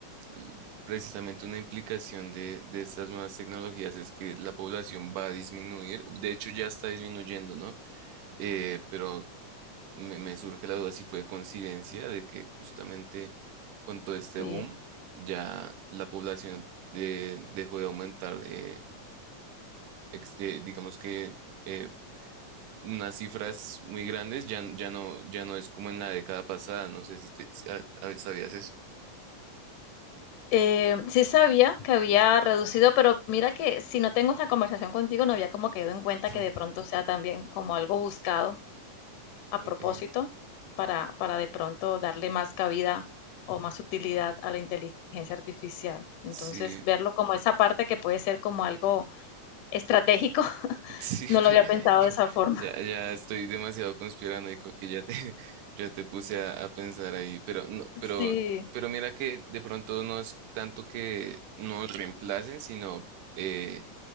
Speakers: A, on the right (about 80°); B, on the left (about 80°).
A: l- precisamente una implicación de, de estas nuevas tecnologías es que la población va a disminuir, de hecho ya está disminuyendo, ¿no? Eh, pero me, me surge la duda si fue coincidencia de que justamente con todo este
B: Sí.
A: boom ya la población eh, dejó de aumentar, eh, ex- eh, digamos que eh, unas cifras muy grandes ya, n- ya no, ya no es como en la década pasada, no sé si, te- si a- a- sabías eso.
B: Eh, sí sabía que había reducido, pero mira que si no tengo esta conversación contigo, no había como quedado en cuenta
A: <laughs>
B: que de pronto sea también como algo buscado a
A: Ok,
B: propósito para, para de pronto darle más cabida o más utilidad a la inteligencia artificial. Entonces,
A: sí,
B: verlo como esa parte que puede ser como algo estratégico, <laughs>
A: Sí,
B: no lo
A: me-
B: había pensado
A: <laughs>
B: de esa forma.
A: ya, ya estoy demasiado conspiranoico que ya te, <laughs> ya te puse a, a pensar ahí, pero no, pero,
B: Sí,
A: pero mira que de pronto no es tanto que nos reemplacen, sino eh,